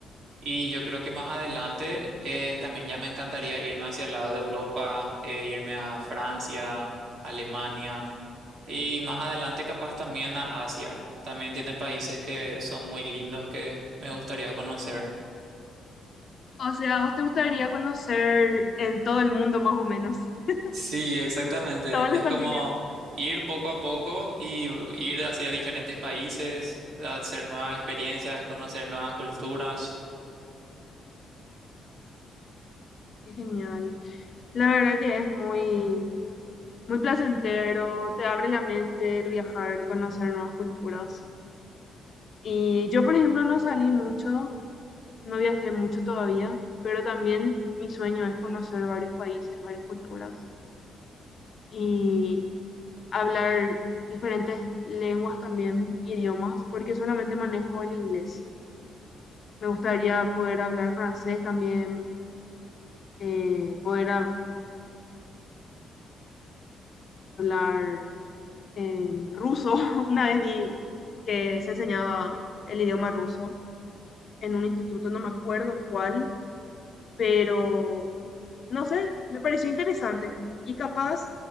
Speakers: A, on the right; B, on the left.
A: Y yo creo que más adelante eh, también ya me encantaría irme hacia el lado de Europa, eh, irme a Francia, Alemania y más adelante capaz también a Asia. También tiene países que son muy lindos que me gustaría conocer.
B: O sea, ¿a ¿vos te gustaría conocer en todo el mundo más o menos? <laughs>
A: Sí, exactamente.
B: Todos los
A: Es
B: continentes.
A: como ir poco a poco y ir hacia diferentes países, hacer nuevas experiencias, conocer nuevas culturas.
B: Qué genial. La verdad que es muy, muy placentero, te abre la mente el viajar, el conocer nuevas culturas. Y yo, por ejemplo, no salí mucho, no viajé mucho todavía, pero también mi sueño es conocer varios países, varias culturas y hablar diferentes lenguas también, idiomas, porque solamente manejo el inglés. Me gustaría poder hablar francés también, eh, poder hab- hablar eh, ruso. <laughs> Una vez vi que se enseñaba el idioma ruso en un instituto, no me acuerdo cuál, pero... No sé, me pareció interesante y capaz